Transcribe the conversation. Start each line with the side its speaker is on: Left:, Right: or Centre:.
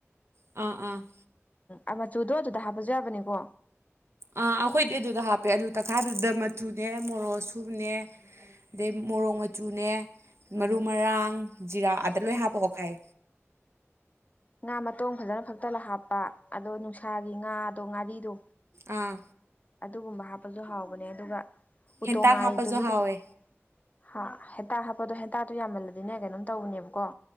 Right: ꯑ ꯑ
Left: ꯎꯝ ꯃꯆꯨꯗꯣ ꯑꯗꯨꯗ ꯍꯥꯞꯄꯁꯨ ꯌꯥꯕꯅꯤꯀꯣ
Right: ꯑ ꯑꯩꯈꯣꯏꯗꯤ ꯑꯗꯨꯗ ꯍꯥꯞꯄꯦ ꯑꯂꯨ ꯇꯛꯈꯥꯏꯕꯗꯨꯗ ꯃꯆꯨꯅꯦ ꯃꯣꯔꯣꯛ ꯑꯁꯨꯕꯅꯦ ꯑꯗꯩ ꯃꯣꯔꯣꯡ ꯃꯆꯨꯅꯦ
Left: ꯎꯝ
Right: ꯃꯔꯨ ꯃꯔꯥꯡ ꯖꯤꯔꯥ
Left: ꯎꯝ
Right: ꯑꯗ ꯂꯣꯏ ꯍꯥꯞꯄ ꯑꯣꯠꯈꯥꯏ
Left: ꯉꯥ ꯃꯇꯣꯡ ꯐꯖꯅ ꯐꯛꯇꯂ ꯍꯥꯞꯄ ꯑꯗꯣ ꯅꯨꯡꯁꯥꯒꯤ ꯉꯥꯗꯣ ꯉꯥꯔꯤꯗꯣ
Right: ꯑꯥ
Left: ꯑꯗꯨꯒꯨꯝꯕ ꯍꯥꯞꯄꯁꯨ ꯍꯥꯎꯕꯅꯦ ꯑꯗꯨꯒ ꯎꯇꯣꯡ
Right: ꯍꯦꯟꯇꯥꯛ
Left: ꯉꯥꯏꯗꯨꯁꯨ
Right: ꯍꯥꯞꯄꯁꯨ
Left: ꯑꯗꯨꯝ
Right: ꯍꯥꯎꯋꯦ
Left: ꯍꯥ ꯍꯦꯟꯇꯥꯥꯛ ꯍꯥꯞꯄꯗꯣ ꯍꯦꯟꯇꯥꯛꯇꯣ ꯌꯥꯝꯃꯜꯂꯗꯤꯅꯦ ꯀꯩꯅꯣꯝ ꯇꯧꯕꯅꯦꯕꯀꯣ